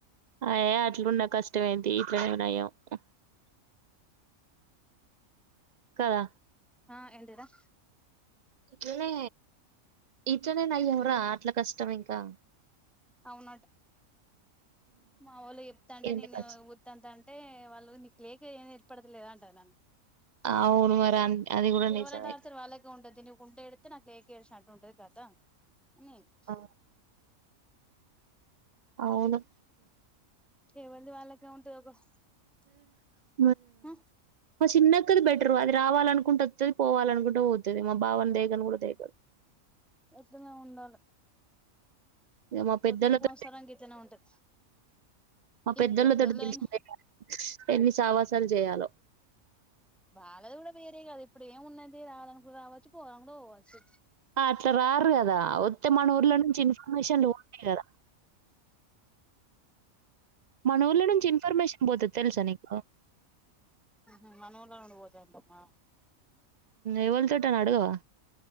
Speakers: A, on the right; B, in the centre.
A: అయ అట్లున్న కష్టం ఏంటి <unintelligible> కదా
B: ఆ ఏంటిది రా
A: ఇట్లనే ఇట్లనే నయం రా అట్లా కష్టం ఇంకా
B: అవునట మావోళ్ళు చెప్తాంటే
A: ఎందుకచ్చ
B: నేను ఉత్తంత అంటే వాళ్ళు లేక ఏం ఏర్పడతలేదా అంటది నన్ను
A: అవును మరి అది కూడా
B: ఎవళ
A: నిజమే
B: టార్చర్ వాళ్ళకి ఉంటదితి నీకు ఉంటే ఎడితే నాకు లేక ఏడిషినట్టు ఉంటది కథ <unintelligible>
A: ఆ అవును
B: ఏవల్దీ వాళ్ళకే ఉంటది <unintelligible>
A: అ
B: హ
A: మా చిన్నక్కది బెటర్ అది రావాలనుకుంటే వత్తది పోవాలనుకుంటే పోతది మా బావని దేకను కూడా దేకదు
B: అట్లనే ఉండాలి
A: ఏమో పెద్దలతో
B: కొత్తలో సంవత్సరానికి ఇట్లనే ఉంటది
A: మా
B: ఏం
A: పెద్దలతో
B: పెద్దోళ్ళైన
A: తెలిసిందేగా ఎన్ని సావాసాలు చేయాలో
B: వాళ్ళది కూడా వేరే కదా ఇప్పుడు ఏం ఉన్నది రావలీ అనుకుంటే రావచ్చు పోవలి అనుకుంటే పోవచ్చు
A: అట్లా రారు కదా వస్తే మన ఊర్లో నుంచి ఇన్ఫర్మేషన్లు ఉంటాయి కదా మాన ఊర్లో నుంచి ఇన్ఫర్మేషన్ పోతుది తెలుసా నీకు
B: ఆహా మన ఊర్లో నుండి పోతుందా
A: ఎవలా తోటి అని అడగవా